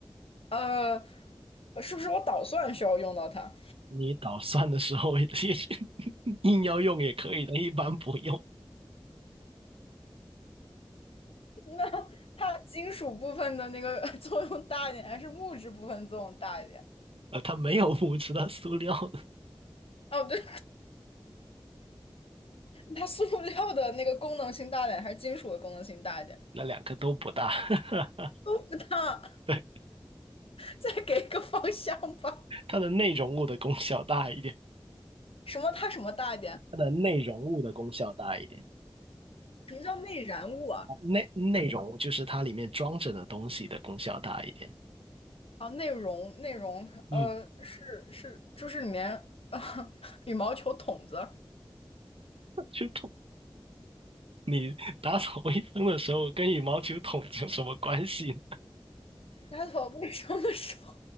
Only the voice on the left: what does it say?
呃，是不是我捣蒜需要用到它？
<laughs> 那它金属部分的那个 <laughs> 作用大一点，还是木质部分作用大一点？
哦，对，它塑料的那个功能性大一点，还是金属的功能性大一点？
都不大，
再给一个方向吧。
什么它什么大一点？
什么叫内燃物啊？
啊，内容内容，
呃，是是，就是里面啊，<laughs> 羽毛球筒子。
打扫卫生的时候，